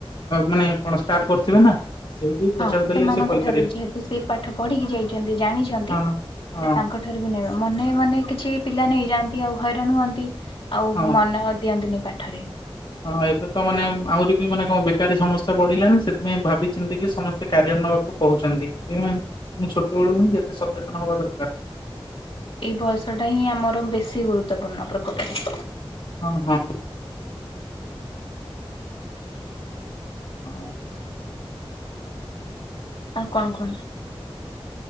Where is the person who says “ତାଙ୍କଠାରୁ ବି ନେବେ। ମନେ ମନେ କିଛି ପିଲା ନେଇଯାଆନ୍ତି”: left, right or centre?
Left